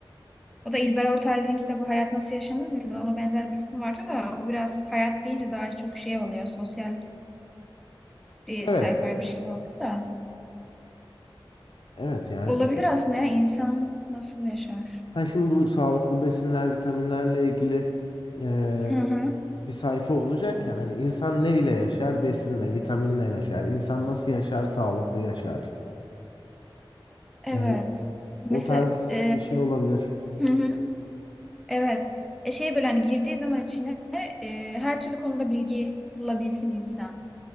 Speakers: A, in the centre; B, on the left.
A: O da İlber Ortaylı'nın kitabı Hayat Nasıl Yaşanır mıydı? Ona benzer bir ismi vardı da o biraz hayat deyince daha çok şey oluyor. Sosyal bir
B: Evet.
A: sayfaymış gibi oluyor da.
B: Evet yani
A: Olabilir
B: şu
A: aslında ya insan nasıl yaşar?
B: ha şimdi bu sağlıklı besinler, vitaminlerle ilgili eee,
A: Hı hı.
B: bir sayfa olacak ya. Hani insan neyle yaşar? Besinle, vitaminle yaşar. İnsan nasıl yaşar? Sağlıklı yaşar.
A: Evet.
B: Eee,
A: Mesela
B: o tarz
A: e,
B: bir şey olabilir.
A: hı hı. Evet. E şey böyle hani girdiği zaman içine e, her türlü konuda bilgi bulabilsin insan.